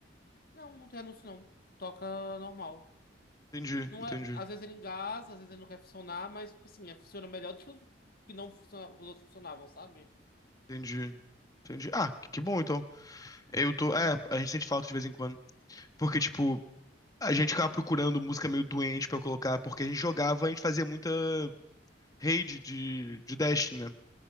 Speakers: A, on the left; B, on the left.
A: Não, não tem anúncio não. Toca normal.
B: Entendi,
A: Não
B: entendi.
A: é, às vezes ele engasa, às vezes ele não quer funcionar, mas tipo assim, é- funciona melhor do que os que não funciona, que os outros funcionavam, sabe?
B: Entendi. Entendi. Ah, que que bom então. Eu tô.
A: Hum,
B: É, a gente sente falta de vez em quando. Porque, tipo, a gente ficava procurando música meio doente pra eu colocar, porque a gente jogava, a gente fazia muita raid de, de Destiny, né?